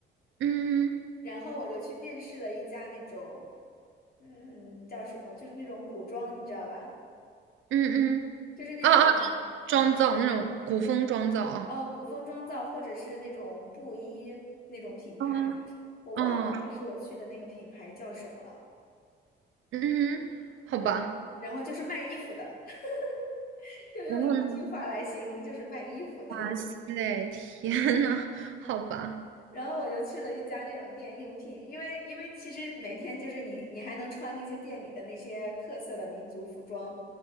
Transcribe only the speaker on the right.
嗯
嗯嗯，
啊啊，就是妆造那种古风妆造啊，
嗯
嗯。哦嗯哼，好吧。
然后呢，
哇塞，
天呐，好吧。